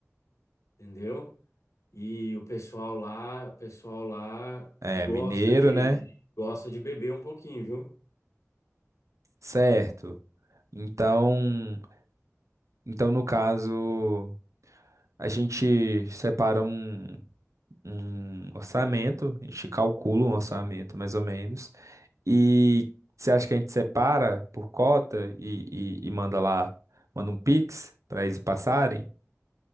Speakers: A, on the left; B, on the right.
A: entendeu? E o pessoal lá, o pessoal lá
B: é
A: gosta
B: mineiro,
A: de
B: né?
A: gosta de beber um pouquinho, viu?
B: Certo. Então. Então, no caso, a gente separa um, um orçamento, a gente calcula um orçamento mais ou menos. E você acha que a gente separa por cota e, e, e manda lá, manda um Pix para eles passarem?